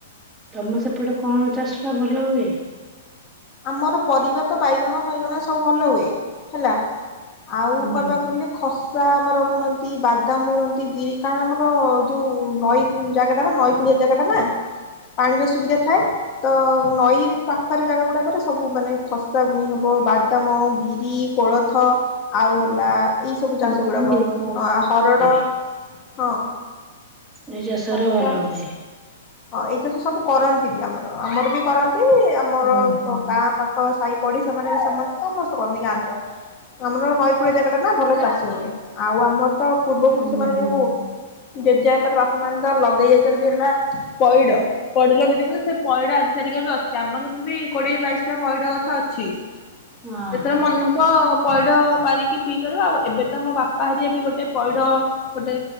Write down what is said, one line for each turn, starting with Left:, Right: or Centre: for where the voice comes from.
Centre: ତମ ସେପଟେ କଣ ଚାଷ ଭଲ ହୁଏ?
Left: ଆମର ପରିବା ତ ବାଇଗଣ ଫାଇଗଣ ସବୁ ଭଲ ହୁଏ ହେଲା ଆଉ
Centre: ହୁଁ
Left: କହିବାକୁ ଗଲେ ଖ ଷା ଆମର ବୁଣନ୍ତି, ବାଦାମ ବୁଣନ୍ତି, ବିରି କାରଣ ଆମର ଯୋଉ ନଈ ଜାଗାଟା ନା ନଈ କୂଳି ଜାଗା ଟା ନା ପାଣିର ସୁବିଧା ଥାଏ ତ ନଈ ପାଖରେ ଜାଗା ଗୁଡା ତାପରେ ସବୁ ମାନେ ଖସା ବୁଣି ହେବ, ବାଦାମ, ବିରି, କୋଳଥ ଆଉ ହେଲା ଏଇସବୁ ଚାଷ
Centre: ମୁଁ
Left: ଗୁଡ଼ାକ
Centre: କହିଲି ଧାନ
Left: ହରଡ଼
Centre: ଚାଷ।
Left: ହଁ
Centre: ଏଇ ଚାଷ
Left: ଖସା
Centre: ଗୁରା ଭଲ ହୁଏ।
Left: ହଁ ଏଇ ଚାଷ ସବୁ କରନ୍ତି ବି ଆମର ଆମର ବି କରନ୍ତି ଆମର
Centre: ହୁଁ ହୁଁ।
Left: ଗାଁ ପାଖ ସାଇ ପଢିଶା ସେମାନେ ବି ସମ ସମସ୍ତେ କରନ୍ତି ଗାଁ ଯାକ। ଆମର ନଈକୂଳି ଜାଗା ଟା ନା ଭଲ ଚାଷ ହୁଏ ଆଉ ଆମର। ତ ପୂର୍ବ ପୁରୁଷ
Centre: ହୁଁ
Left: ମାନେ
Centre: ହୁଁ
Left: ଯୋଉ ଜେଜେ ବାପା ପରେ ବାସ ମାନେ ତ ଲଗେଇ ଯାଇଛନ୍ତି ହେଲା। ପଇଡ ପଇଡ ଲଗେଇଛନ୍ତି ସେ ପଇଡ ଆଜି ସାରିକା ବି ଅଛି ଆମର ତଥା ବି କୋଡିଏ ବାଇଶ ଟା ପଇଡ ଗଛ ଅଛି।
Centre: ଓହୋ
Left: ଯେତେବେଳେ ମନହବ ପଇଡ ପାରିକି ପିଇ ପାରିବା ଆଉ ଏବେ ତ ମୋ ବାପା ହାରିଆ ବି ଗୋଟେ ପଇ ଗୋଟେ